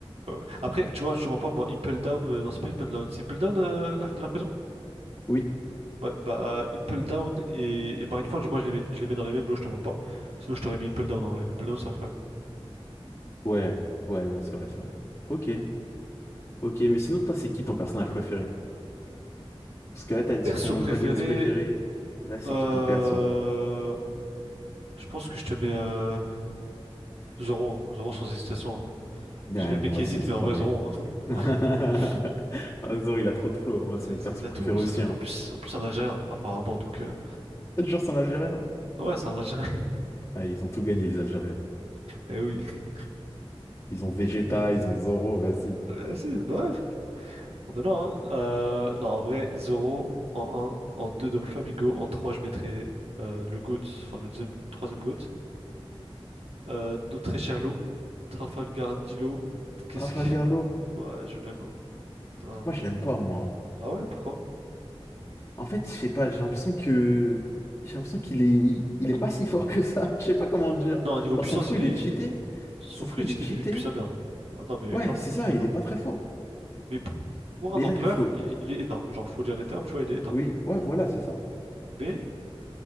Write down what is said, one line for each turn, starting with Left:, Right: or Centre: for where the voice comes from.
Right: ouais, ouais. Après, tu vois, je te mens pas, moi, Impel Down. euh, non, c'est pas Impel Down. C'est Impel Down, euh, l'arc de la prison?
Left: Oui,
Right: Ouais, bah Impel Down et, et Mindforge, moi je les mets, je les mets dans les mêmes lots, je te mens pas. Sinon je t'aurais mis Impel Down, hein. Impel Down c'est incroyable.
Left: ouais, ouais, non, c'est vrai, c'est vrai. Ok, ok, mais sinon, toi, c'est qui ton personnage préféré? Parce que là, t'as dit
Right: Perso
Left: ton
Right: préféré,
Left: antagoniste préféré. Là, c'est
Right: euh,
Left: qui ton perso?
Right: je pense que je te mets euh, Zoro, hein. Zoro sans hésitation. hein.
Left: Ouais,
Right: J'ai fait le mec
Left: moi
Right: qui
Left: aussi,
Right: hésite,
Left: c'est
Right: mais en
Left: pareil.
Right: vrai Zoro. hein.
Left: <laughs>
Right: <laughs>
Left: Ah, Zoro, il a trop de flow. Moi,
Right: Euh,
Left: c'est mon perso
Right: Il a
Left: préféré
Right: tout ce
Left: aussi.
Right: mec,
Left: Hein.
Right: en plus, en plus c'est un Algérien apparemment, donc euh,
Left: Je te jure, c'est un Algérien.
Right: ouais c'est un Algérien.
Left: Ah, ils ont tout gagné, les Algériens.
Right: <laughs> Eh oui.
Left: Ils ont Vegeta,
Right: <laughs>
Left: ils ont Zoro, vas-y.
Right: Vas-y, bah ouais, On en a un. Euh, non, en vrai, Zoro en un en 2 Double Flamingo, en 3 je mettrais euh, le GOAT, enfin le deuxième, troisième GOAT. Euh, notre très cher Law, Trafalgar Dilo, qu'est-ce
Left: Trafalgar
Right: que... <laughs>
Left: Law.
Right: Ouais, je l'aime, hein, vraiment.
Left: Moi, je l'aime pas, moi.
Right: Ah ouais, pourquoi?
Left: En fait, je sais pas, j'ai l'impression que j'ai l'impression qu'il est il est pas si fort que ça. <laughs> Je sais pas comment dire.
Right: Non, au niveau
Left: Genre
Right: puissance,
Left: son fruit,
Right: il est...
Left: il est cheaté.
Right: Son
Left: Son
Right: full
Left: fruit,
Right: cheaté,
Left: il est cheaté.
Right: mais lui depuis sa mère. hein. Ah non, mais
Left: Ouais,
Right: clairement,
Left: c'est
Right: hein,
Left: ça,
Right: je suis d'accord.
Left: il est pas très fort.
Right: Mais pour pour
Left: Mais
Right: un empereur,
Left: il a du flow.
Right: il, il est éteint. Genre, faut dire les termes, tu vois, il est éteint.
Left: Oui, ouais, voilà, c'est ça.
Right: Mais